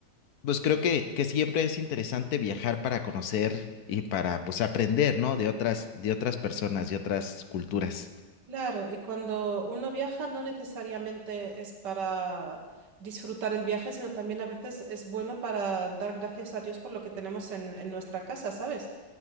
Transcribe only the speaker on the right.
Claro, y cuando uno viaja no necesariamente es para disfrutar el viaje, sino también a veces es bueno para dar gracias a Dios por lo que tenemos en, en nuestra casa, ¿sabes?